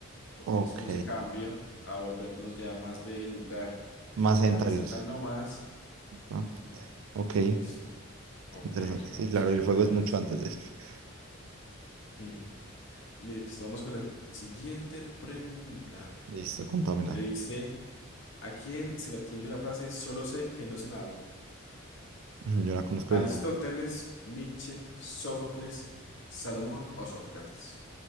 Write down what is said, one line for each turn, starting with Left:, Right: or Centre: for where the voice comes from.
Left: Ok,
Right: Ok,
Left: es como ese cambio a volvernos ya más del lugar,
Right: más sedentarios.
Left: dejar de ser tan nómadas.
Right: ¿va?
Left: Ujú,
Right: Ok,
Left: Listo. Ok,
Right: interesante.
Left: sigamos
Right: Sí, claro, el
Left: con
Right: fuego es mucho
Left: las.
Right: antes de esto. <laughs>
Left: Ujú. Listo, vamos con la siguiente pregunta
Right: Listo, contámela.
Left: que dice, ¿a quién se le atribuye la frase solo sé que no sé nada?
Right: Ujú, Yo la conozco
Left: ¿Aristóteles,
Right: diferente.
Left: Nietzsche, Sófocles, Salomón o Sócrates?